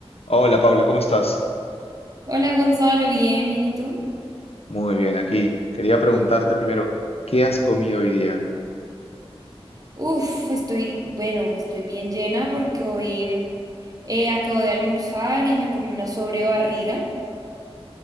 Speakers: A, on the left; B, on the right.
A: Hola Paula, ¿cómo estás?
B: Hola Gonzalo, bien, bien, ¿y tú?
A: Muy bien, aquí. Quería preguntarte primero, ¿qué has comido hoy día?
B: Uf, estoy, bueno, estoy bien llena porque hoy eh, acabo de almorzar y me comí una sobrebarriga.